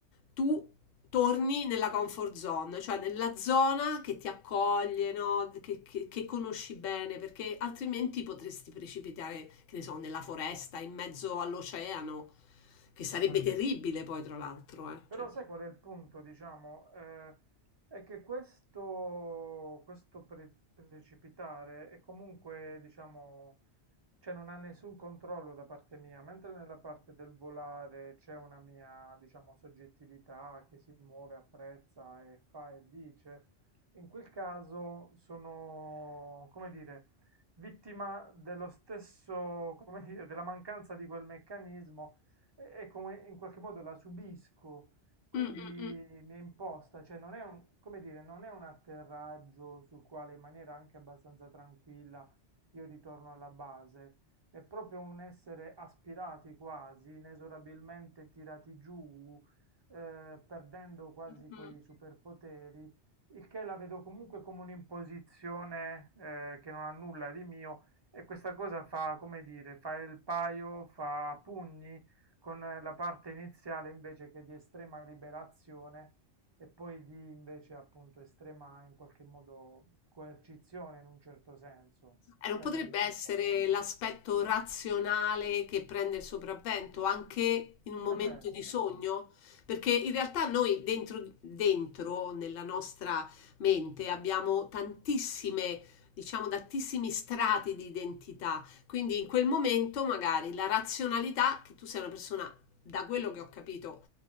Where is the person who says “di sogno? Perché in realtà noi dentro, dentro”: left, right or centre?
Left